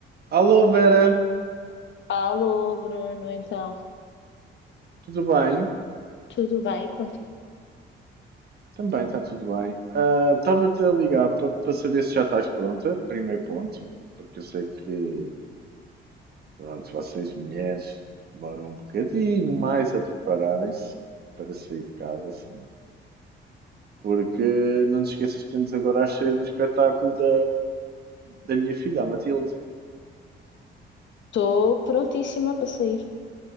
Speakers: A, on the right; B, on the left.
A: Alô Vera,
B: Alô, Bruno, então,
A: tudo bem?
B: tudo bem contigo?
A: Também está tudo bem. Ah, Estava-te a ligar para saber se já estás pronta, primeiro ponto, porque eu sei que, pronto, vocês mulheres demoram um bocadinho mais a prepararem-se para sair de casa sempre. Porque não te esqueças que temos agora às seis o espetáculo da, da minha filha, a Matilde.
B: Estou prontíssima para sair.